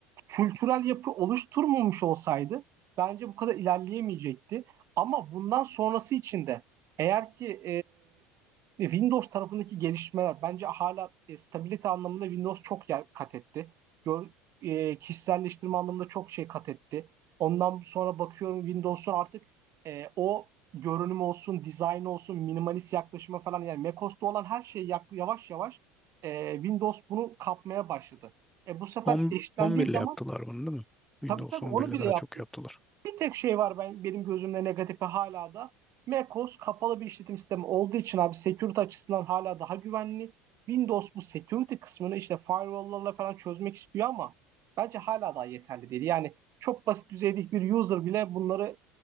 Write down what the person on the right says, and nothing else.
kültürel yapı oluşturmamış olsaydı bence bu kadar ilerleyemeyecekti. Ama bundan sonrası için de eğer ki e, Windows tarafındaki gelişmeler bence hala e, stabilite anlamında Windows çok yer kat etti. Gör, e, kişiselleştirme anlamında çok şey kat etti. Ondan sonra bakıyorum Windows'un artık e, o görünüm olsun, dizayn olsun, minimalist yaklaşıma falan yani macOS'ta olan her şey yak- yavaş yavaş e, Windows bunu kapmaya başladı. E, bu sefer
eşitlendiği
zaman
tabii tabii
onu
bile
yap
bir tek şey var ben benim gözümde negatife hala da. macOS kapalı bir işletim sistemi olduğu için abi security açısından hala daha güvenli. Windows bu security kısmını işte firewall'larla falan çözmek istiyor ama bence hala daha yeterli değil. Yani çok basit düzeydeki bir user bile bunları